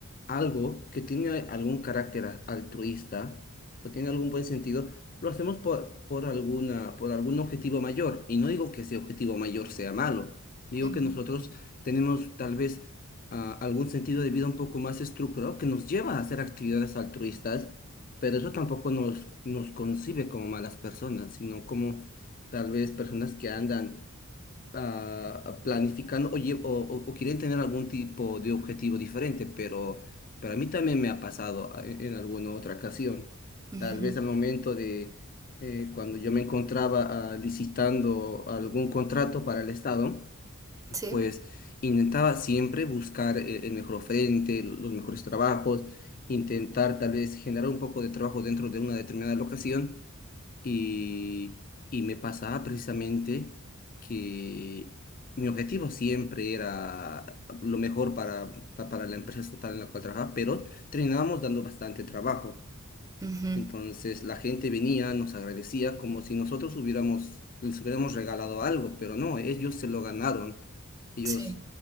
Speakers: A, on the left; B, on the right.
A: algo que tiene algún carácter a- altruista o tiene algún buen sentido, lo hacemos por, por alguna, por algún objetivo mayor. Y no digo que ese objetivo mayor sea malo, digo
B: Ujú,
A: que nosotros tenemos tal vez ah, algún sentido de vida un poco más estructurado que nos lleva a hacer actividades altruistas, pero eso tampoco nos, nos concibe como malas personas, sino como tal vez personas que andan ah, ah, planificando o, lle- o, o- o quieren tener algún tipo de objetivo diferente, pero, pero a mí también me ha pasado ah, en, en alguna otra ocasión.
B: ujú.
A: Tal vez al momento de eh, cuando yo me encontraba ah, licitando algún contrato para el Estado,
B: Sí,
A: pues intentaba siempre buscar eh, el mejor frente, los mejores trabajos, intentar tal vez generar un poco de trabajo dentro de una determinada locación y, y me pasaba precisamente que mi objetivo siempre era lo mejor para, pa- para la empresa estatal en la cual trabajaba, pero terminábamos dando bastante trabajo.
B: ujú,
A: Entonces la gente venía, nos agradecía como si nosotros hubiéramos, les hubiéramos regalado algo, pero no, ellos se lo ganaron. Ellos,
B: sí,